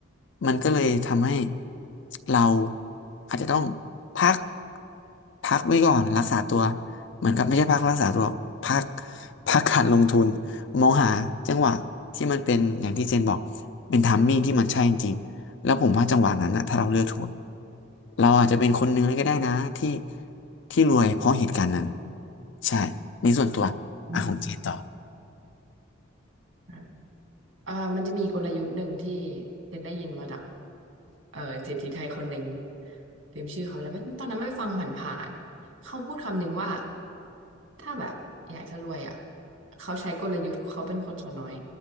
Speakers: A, on the left; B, on the right.
A: มันก็เลยทำให้เราอาจจะต้องพักพักไว้ก่อนรักษาตัว เหมือนกับไม่ใช่พักรักษาตัวหรอกพักพักการลงทุนมองหาจังหวะที่มันเป็นอย่างที่เจนบอกเป็นทัมมิ่งที่มันใช่จริง แล้วผมว่าจังหวะนั้นนะถ้าเราเลือกถูกเราอาจจะเป็นคนหนึ่งเลยก็ได้นะที่ที่รวยเพราะเหตุการณ์นั้นใช่ในี่ส่วนตัวอ่ะของเจต่อ
B: อืมใช่เอ่อมันจะมีกลยุทธ์หนึ่งที่เจนได้ยินมาจาก เออเศรษฐีไทยคนหนึ่งลืมชื่อเขาไปแล้วตอนนั้นไม่ฟังผ่านๆเขาพูดคำหนึ่งว่าถ้าแบบอยากจะรวยอ่ะเขาใช้กลยุทธ์เขาเป็นคนส่วนน้อย